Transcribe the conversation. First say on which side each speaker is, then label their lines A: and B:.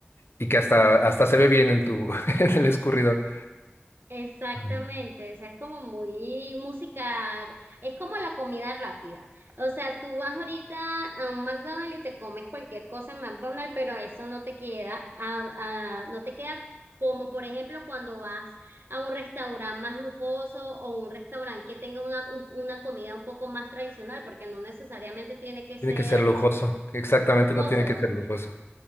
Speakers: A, on the left (about 70°); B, on the right (about 65°).
A: Y que hasta, hasta se ve bien en tu, <laughs> en el escurridor.
B: Exactamente,
A: Ujú.
B: o sea, es como muy música, es como la comida rápida. O sea, tú vas ahorita a un McDonald's y te comes cualquier cosa en McDonald's, pero eso no te queda, a- a- no te queda como por ejemplo cuando vas a un restaurante más lujoso o un restaurante que tenga una, un- una comida un poco más tradicional, porque no necesariamente tiene que
A: Tiene
B: ser
A: que ser lujoso. Exactamente,
B: lujoso.
A: no tiene que ser lujoso.